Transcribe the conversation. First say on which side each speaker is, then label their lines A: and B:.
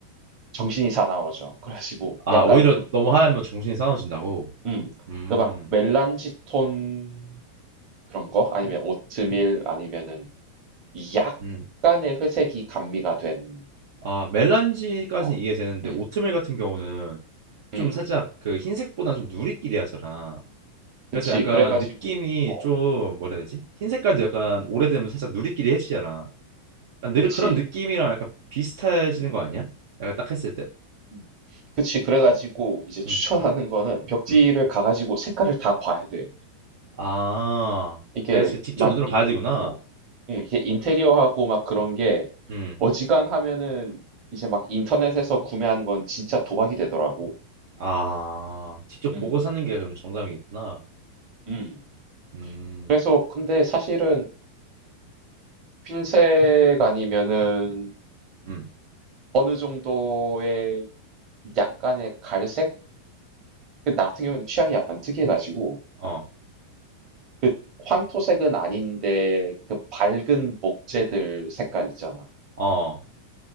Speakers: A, on the right; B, on the right.
A: 정신이 사나워져 <laughs> 그래가지고
B: 아,
A: 약간
B: 오히려 너무 하얗면 정신이 싸워진다고.
A: 그어음그
B: 음.
A: 막 멜란지 톤 그런 거 아니면 오트밀 아니면은 약간의
B: 음.
A: 회색이 감미가 된
B: 아, 멜란지까지는
A: 어.
B: 이해되는데
A: 음.
B: 오트밀 같은 경우는
A: 음.
B: 좀
A: 음.
B: 살짝 그 흰색보다는 좀 누리끼리 하잖아.
A: 그치.
B: 그래서 약간
A: 그래 가지고
B: 느낌이
A: 어.
B: 좀 뭐라
A: 음.
B: 해야 되지? 흰 색깔도
A: 음.
B: 약간 오래되면 살짝 누리끼리 해지잖아. 약간 느리,
A: 그치.
B: 그런 느낌이랑 약간 비슷해지는
A: 음.
B: 거 아니야? 약간 딱 했을 때?
A: 음. 그치. 그래 가지고 이제 추천하는
B: 응,
A: 거는 벽지를
B: 응.
A: 가 가지고 색깔을 다 봐야 돼.
B: 아,
A: 이게
B: 내가 지금 직접
A: 막
B: 눈으로 봐야
A: 이,
B: 되구나.
A: 어. 음, 이게 인테리어하고 막 그런 게
B: 응.
A: 어지간하면은 이제 막 인터넷에서 구매한 건 진짜 도박이 되더라고.
B: 아, 직접
A: 음.
B: 보고 사는 게 그럼 정답이겠구나.
A: 음.
B: 음,
A: 그래서 근데 사실은 흰색 아니면은
B: 음,
A: 어느 정도의 약간의 갈색? 그 나 같은 경우에는 취향이 약간 특이해 가지고
B: 어,
A: 그 황토색은 아닌데 그 밝은 목재들 색깔 있잖아.
B: 어,